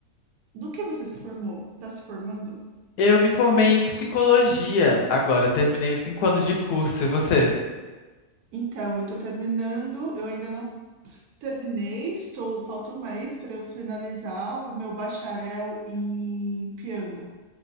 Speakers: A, on the right; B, on the left.
A: no que você se formou? Está se formando?
B: Eu me formei em psicologia agora, terminei os cinco anos de curso, e você?
A: Então, eu estou terminando, eu ainda não terminei, estou, falta um mês para eu finalizar o meu bacharel em piano,